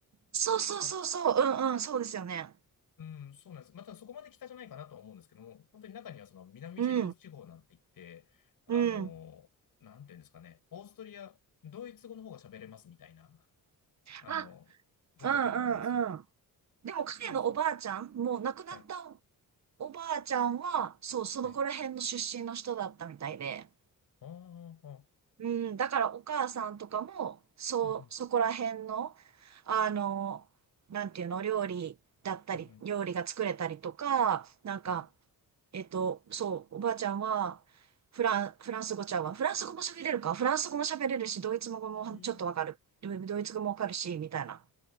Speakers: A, on the right; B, on the left.
A: そうそうそうそう、
B: だ
A: うんうん、そうですよね。
B: うん、そうなんです。またそこまで北じゃないかなとは思うんですけども、本当に中にはその南チロル地方なんて言って、
A: うん、
B: あの、
A: うん。
B: なんていうんですかね、オーストリア、ドイツ語の方が喋れますみたいな。あの、
A: あ、
B: 文化圏もあるんですよ。
A: うんうんうん。でも彼のおばあちゃん、
B: そうそう。
A: もう亡くなったお
B: はい。
A: おばあちゃんは、そう、そのこら辺の出身の人だったみたいで。
B: はい。ああ、
A: うん、だからお母さんとかも、そう、
B: うんうん、
A: そこら辺の、あの、なんていうの、料理だったり、
B: うんうん。
A: 料理が作れたりとか、なんか、
B: はい。
A: えっと、そう、おばあちゃんは、フラン、フランス語ちゃうわ。フランス語も喋れるか。フランス語も喋れるし、ドイツ語もちょっとわかる。
B: ひ
A: ドイツ語もわかるし、みたいな。